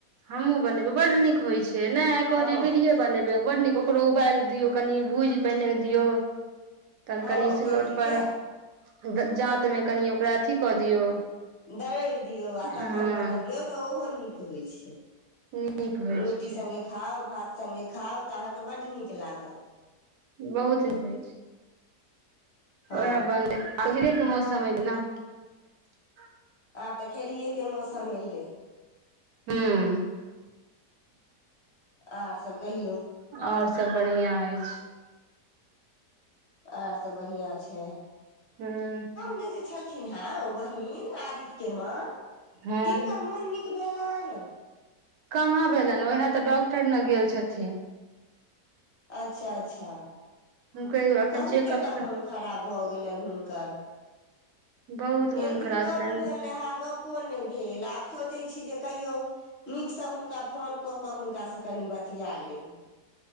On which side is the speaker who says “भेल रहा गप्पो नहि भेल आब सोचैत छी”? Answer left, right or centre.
Left